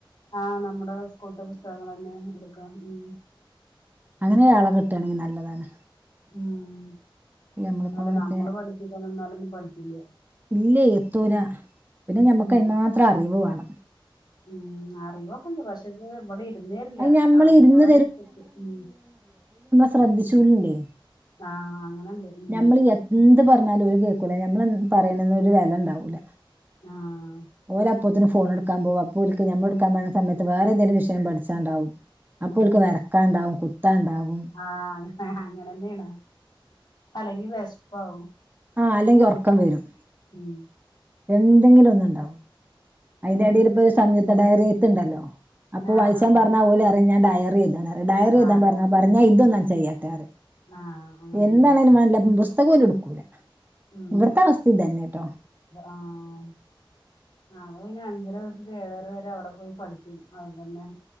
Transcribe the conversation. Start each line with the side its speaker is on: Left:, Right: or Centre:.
Left: ആഹ് നമ്മുടെ സ്കൂൾത്തെ പുസ്തകങ്ങള് തന്നെ എടുക്ക്ണത് ഉം
Right: അങ്ങനെ ഒരാളെ കിട്ടാണെങ്കി നല്ലതാണ്
Left: ഉം
Right: നമ്മളിപ്പോ
Left: അല്ല
Right: മറ്റേ
Left: നമ്മള് പഠിപ്പിക്കാൻ നിന്നാലൊന്നും പഠിക്കില്ല
Right: ഇല്ലെയ് എത്തൂലാ പിന്നെ ഞമ്മക്ക്
Left: ഉം
Right: അതിന് മാത്രം അറിവ് വേണം
Left: ഉം അ അറിവൊക്കെ ഉണ്ട് പക്ഷേ ഇത് ഇങ്ങനെ ഇവിടെ ഇരുന്ന് തരില്ല
Right: അത് നമ്മൾ
Left: ആൺകുട്ടികള്
Right: ഇരുന്ന്
Left: ആയാലും പെട്ട് ഉം
Right: ശ്രദ്ധിച്ചൂല അല്ലേ
Left: ആഹ് അങ്ങനെണ്ട് ഉം
Right: ഞമ്മള് എന്ത് പറഞ്ഞാലും ഓല് കേക്കൂല ഞമ്മള് പറിയ്ണൊന്നും ഒരു വെല ഉണ്ടാവൂല
Left: ആഹ്
Right: ഓല് അപ്പോത്തിന് ഫോൺ ഇട്ക്കാൻ പോകും അപ്പ ഓൽക്ക് ഞമ്മള്
Left: ഉം
Right: ഇടുക്കാൻ പറയ്ണ
Left: ഉം
Right: സമയ ത്ത് വേറെ എന്തേലും വിഷയം പഠിച്ചാൻ ഇണ്ടാവും അപ്പോ
Left: ഉം
Right: ഓൽക്ക് വരക്കാൻ ഇണ്ടാവും കുത്താണ്ടാവും
Left: ആഹ് അങ്ങനെ അങ്ങനെ തന്നേണ് അല്ലെങ്കി വെശപ്പ് ആവും
Right: ആഹ് അല്ലെങ്കി ഒറക്കം വരും
Left: ഉം
Right: എന്തെങ്കിലും ഒന്ന് ഉണ്ടാവും
Left: ഉം
Right: അയ്ന്റെ എടേല് ഇപ്പം ഒരു സംയുക്ത ഡയറി എയ്ത്തുണ്ടല്ലോ അപ്പം
Left: ആഹ്
Right: വായിച്ചാൻ
Left: ആഹ്
Right: പറഞ്ഞ ഓല് പറയും ഞാൻ ഡയറി എയ്താ ഡയറി
Left: ആഹ്
Right: എഴ്താ
Left: അതെ
Right: പറഞ്ഞാ പറയും
Left: ഉം
Right: ഞാൻ ഇതൊന്നാം ചെയ്യാട്ടെ പറയും
Left: ആഹ് അങ്ങനെന്നെ
Right: എന്താണേങ്കിലും മാണ്ടീല പുസ്തകം ഓല് എടുക്കൂല
Left: ഉം
Right: ഇവിടുത്തെ അവസ്ഥയും ഇതന്നെ കേട്ടോ
Left: ആഹ് അപ്പ പിന്നെ അഞ്ചര തൊട്ടിട്ട് ഏഴര വരെ അവിടെ പോയി പഠിക്കും അതന്നെ